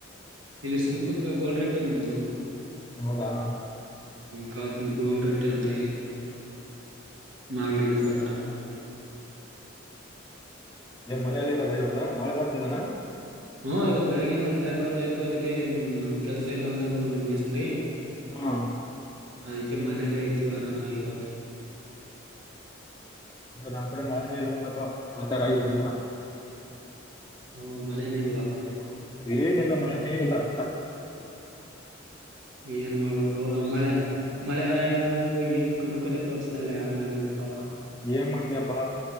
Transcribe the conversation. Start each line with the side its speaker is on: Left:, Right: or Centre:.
Right: ಇಲ್ಲಿ ಸುಂಕತ್ಕಲ್ ಗೋಲ್ರಟ್ಟಿ ನಮ್ದೂರು.
Left: ಹೌದಾ?
Right: ಕ ಗೋಲ್ರಟ್ಟಿ ಅಂತ ಇಲ್ಲಿ ಮಾಗಡಿ ರೋಡತ್ರ.
Left: ಏನ್ ಮನೆಲ್ಲಿರದ ಇವಾಗ ಮಳೆ ಬರ್ತಿದಾನ?
Right: ಹ್ಮು ಇವತ್ ಬೆಳಿಗಿಂದ ಮಳೆ ಬರ್ತಾ ಇತ್ತು ಅದ್ಕೆ ನಮ್ ಕೆಲ್ಸ ಇಲ್ಲ ಅಂತಂದ್ರು ನಮ್ ಮೇಸ್ತ್ರಿ.
Left: ಹ್ಮ್
Right: ಅದಕ್ಕೆ ಮನೇಲೇ ಇದ್ ಇದ್ವಿ ಆರಾಮಾಗಿವತ್ತು.
Left: ಅ ನಮ್ಕಡೆ ಮಳೆನೇ ಇಲ್ಲ ನೋಡಪ್ಪ ಆತರ ಆಗಿದೆ ಜೀವ್ನ.
Right: ಹ್ಮ ಮಳೆನೇ ಇಲ್ವಾ ಆ ಕಡೆ.
Left: ಏನಿಲ್ಲ ಮಳೆನೇ ಇಲ್ಲ ಒಟ್ಟ
Right: ಏನ್ ಮಾಡೊದು ಆ ಮಳೆ ಮಳೆ ರಾಯನು ಏನ್ ಕನಿಕರ ತೋರ್ಸ್ತಾ ಇಲ್ಲ ಯಾರ್ಮೇಲುನು ಪಾಪ.
Left: ಏನ್ ಮಾಡ್ತಿಯಪ್ಪಾ